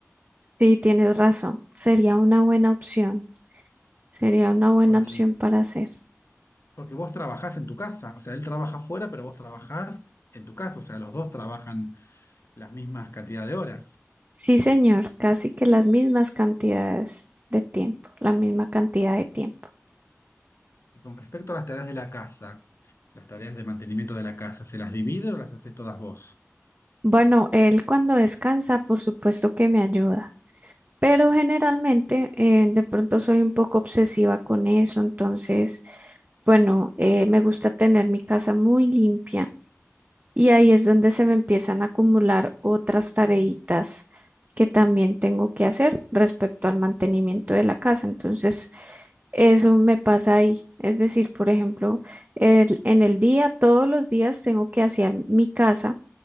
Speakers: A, on the right (about 35°); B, on the left (about 60°).
A: Sí, tienes razón, sería una buena opción, sería una buena
B: Con
A: opción para hacer.
B: Porque vos trabajás en tu casa, o sea, él trabaja afuera, pero vos trabajás en tu casa, o sea, los dos trabajan las mismas cantidad de horas.
A: Sí, señor, casi que las mismas cantidades de tiempo, la misma cantidad de tiempo.
B: Y con respecto a las tareas de la casa, las tareas de mantenimiento de la casa, ¿se las divide o las haces todas vos?
A: Bueno, él cuando descansa, por supuesto que me ayuda, pero generalmente eh, de pronto soy un poco obsesiva con eso, entonces, bueno, eh, me gusta tener mi casa muy limpia y ahí es donde se me empiezan a acumular otras tareitas que también tengo que hacer respecto al mantenimiento de la casa. Entonces, Eso me pasa ahí. Es decir, por ejemplo, el- en el día, todos los días tengo que hacer mi casa,